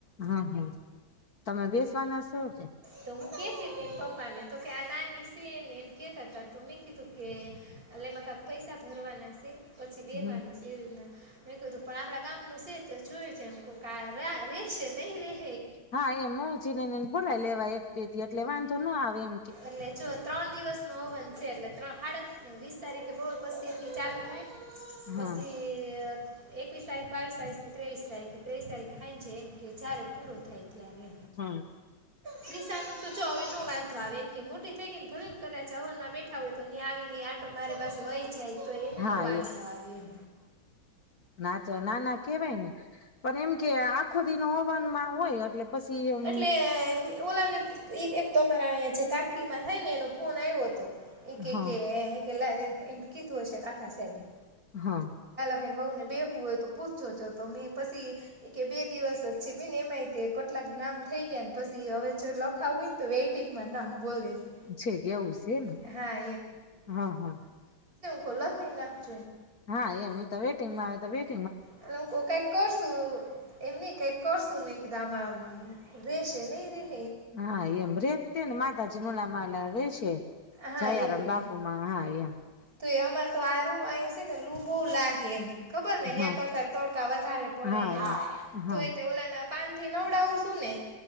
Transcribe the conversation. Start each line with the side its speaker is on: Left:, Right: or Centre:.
Left: હા, હા. તમે બેસવાના સો કે?
Right: તો હું કહેતીતી એન પપ્પાને, તો કે આ નાની સે ને એમ કેતાતા, તો મેં કીધું કે અલે એમાં કાક પૈસા ભરવાના સે પછી બેહવાનું
Left: હમ
Right: સ. ર મેં કુ પણ આપણા ગામ નનું છે તો જોય છે રેશે નહી ર
Left: હા એમ છે ને ભોલા લેવા એક બેધ એટલે વાંધો ન આવેમ.
Right: એટલે જો ત્રણ દિવસ નો હો બન છે એટલે ત્રણ હડ વીસ તારીખે બહુ પછીથી ચાલુ થાય.
Left: હા
Right: પછી એકવીસ તારીખ બાવીસ તારીખ ત્રેવીસ તારીખ ત્રેવીસ તારીખ થ છે એમ કે જ્યારે પૂરો થાય ત્યારે.
Left: હમ.
Right: ત્રીસા નું તો ચોવે ન વાંધો આવે. મોટી થઈ ગઈને ભલેને કરતા ચવન માં બેઠા હોય તો આવી ને આટો મારે પાછી હોય જાય તો એને
Left: હા
Right: ન વાંધો આવે એમ.
Left: નાચો ના ના કેવાય ને. પણ એમ કે આખો દિ ન હોવાન માં હોય એટલે પછી એમ
Right: એટલે ઓલાને એક એક તોરા અંયા જે કાકીમાં થાય ને એનો ફોન આવ્યો હતો. એક એક
Left: હા
Right: એક કેલા એ કી હશે આકા સાહેબી.
Left: હા.
Right: <unintelligible> વહુ ને બેહવું હોય તો પૂછજો જો, તો મેં પસી ઈ કે બે દિવસ જ છે બેન એમાંય તે કટલાક નામ થઈ ગયા ને પસી હવે જો લખાવું હોયન તો વેઇટિંગમાં નામ બોલે. છે
Left: છેક એવું સેન
Right: હા
Left: હા, હા.
Right: તો લખાય નાખ.
Left: હા એમ. ઈ તો વેટિંગમાં આવે તો વેટ
Right: એટલે હું કાઈક કરશું, એમ નહીં કઈક કરશું મેં કીધા આમાં મ રહેશે. નહીં રહે?
Left: હા એમ. રેત તેન માતાજી ના ઓલા મા લા વેશ <unintelligible>
Right: હા
Left: જયારામ
Right: એટલે
Left: બાપુમાં. હા એમ.
Right: તો એ અમાર તો આરું આય સે ને લું બોવ લાગે એમ. ખબર ને ન્યાં
Left: હા
Right: કરતા તડકા વધારે પડે
Left: હા
Right: અહિયાં,
Left: એમ
Right: તોય
Left: હા
Right: તે ઓલા ના પાન થી નવડાવશું ને